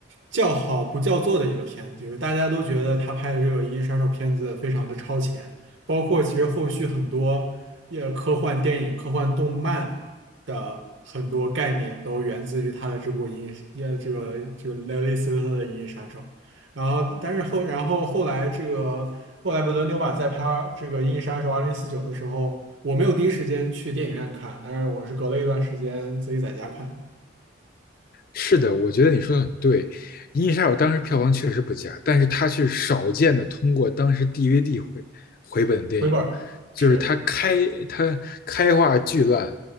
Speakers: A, on the right; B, on the left.
A: 叫好不叫座的一个片子，就是大家都觉得他拍的这个《银翼杀手》片子非常的超前，包括其实后续很多也科幻电影、科幻动漫的很多概念都源自于他的这部《银翼》也这个就是雷雷斯科特的《银翼杀手》。然后，但是后，然后后来这个后来维伦纽瓦在拍这个《银翼杀手二零四九》的时候，我没有第一时间去电影院看，但是我是隔了一段时间自己在家看的，
B: 是的，我觉得你说的很对，《银翼杀手》当时票房确实不佳，但是它却少见的通过当时 DVD 回回本的电影，
A: 回本儿是。
B: 就是它开它开画巨烂，